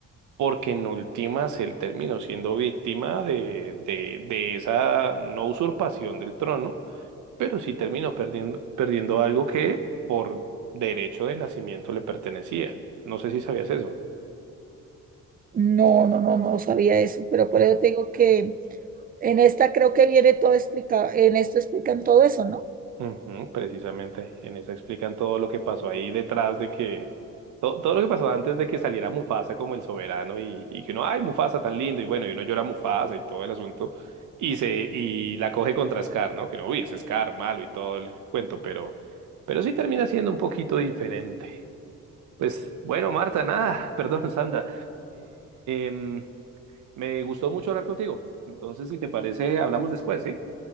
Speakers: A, on the right; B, on the right.
A: porque en últimas él terminó siendo víctima de, de, de esa no usurpación del trono, pero sí terminó perdiendo, perdiendo algo que por derecho de nacimiento le pertenecía. No sé si sabías eso.
B: No, no, no, no sabía eso, pero por
A: Mm.
B: eso te digo que En esta creo que viene todo explicado, en esto explican todo eso, ¿no?
A: Ujú, precisamente, en esa explican todo lo que pasó ahí detrás de que, todo, todo lo que pasó antes de que saliera Mufasa como el soberano y, y que uno, ay, Mufasa tan lindo, y bueno, y uno llora a Mufasa y todo el asunto, y se, y la coge contra Scar, ¿no? Que no, uy, es Scar malo y todo el cuento, pero, pero sí termina siendo un poquito diferente. Pues bueno, Marta, nada, <laughs> perdón, Sandra, em, me gustó mucho hablar contigo, entonces si te parece, hablamos después, ¿sí?